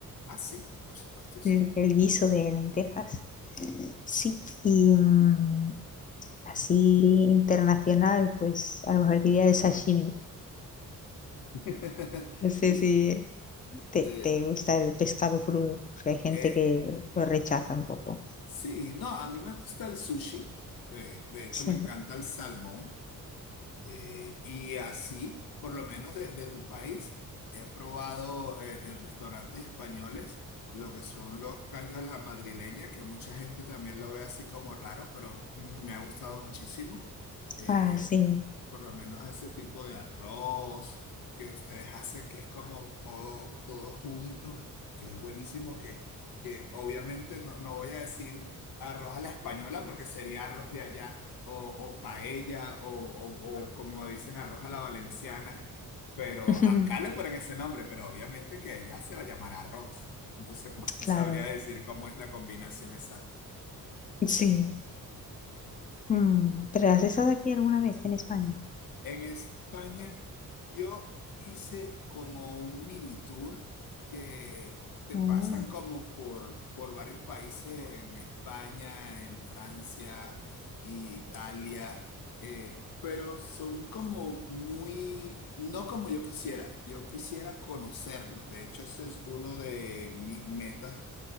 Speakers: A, on the left; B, on the left.
A: Ah, sí, por supuesto, sí.
B: el, el guiso de lentejas. Sí, y mm, así internacional, pues a lo mejor diría el sashimi.
A: <laughs>
B: No sé si te,
A: Eh,
B: te gusta el pescado crudo, porque hay gente
A: eh,
B: que lo rechaza un poco.
A: sí, no, a mí me gusta el sushi. Eh, de hecho,
B: Sí,
A: me encanta el salmón. Eh, y así, por lo menos de, de tu país, he probado eh, en restaurantes españoles lo que son los callos a la madrileña, que mucha gente también lo ve así como raro, pero me ha gustado muchísimo. Eh,
B: ah, sí,
A: por lo menos a ese tipo de arroz que ustedes hacen, que es como todo, todo junto, que es buenísimo, que, que obviamente no, no voy a decir arroz a la española porque sería arroz de allá, o, o paella, o, o- o como dicen arroz a la valenciana, pero
B: <laughs>
A: acá le ponen ese nombre, pero obviamente que allá se va a llamar arroz. Entonces <laughs> no te
B: claro,
A: sabría decir cómo es la combinación exacta.
B: sí. Mm, ¿Pero has estado aquí alguna vez en España?
A: En España... Yo hice como un mini tour que te
B: Oh,
A: pasan como por, por varios países en España, en Francia, Italia, eh, pero son como muy, no como yo quisiera, yo quisiera conocerlos. De hecho, eso es uno de mis metas